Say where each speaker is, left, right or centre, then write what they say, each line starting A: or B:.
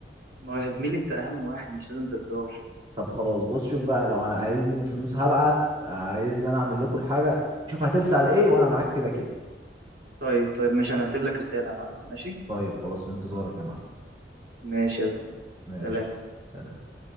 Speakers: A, on the right; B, on the right.
A: ما هو يا زميلي انت اهم واحد مش لازم تتضاف
B: طب خلاص بص شوف بقى لو عايزني فلوس هبعت عايزني انا اعمل لكم الحاجه شوف هترسل على ايه وانا معاك كده كده
A: طيب طيب ماشي انا هسيب لك رسالة يا معلم ماشي
B: طيب خلاص في انتظارك يا معلم
A: ماشي يا زميلي
B: ماشي
A: سلام
B: يا صاحبي. سلام